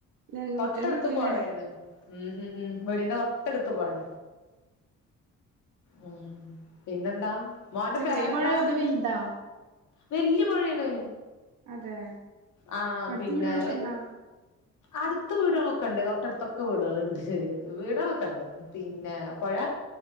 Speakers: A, on the right (about 85°); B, on the left (about 75°).
A: രണ്ട്
B: തൊട്ടെടുത്ത്
A: കുട്ടികൾ കിട്ടില്ലേ
B: പൊഴയാണ് ഉം ഉം വീടിന്റെ തൊട്ടടുത്ത് പോഴേ. ഉം പിന്നെന്താ. മോന്റെ
A: ചെറിയപൊഴ
B: പേരെന്താ
A: അത് വല്താ?
B: വല്യ പുഴയാണ്
A: അതെ
B: ആ
A: അടുത്ത
B: പിന്നെ
A: വീടുകളൊക്കെ ണ്ടോ?
B: അടുത്ത വീടുകളൊക്കെ ഉണ്ട് തൊട്ടടുത്തൊക്കെ വീടുകൾണ്ട് വീടുകളൊക്കെ ഉണ്ട്. പിന്നെ പൊഴാ.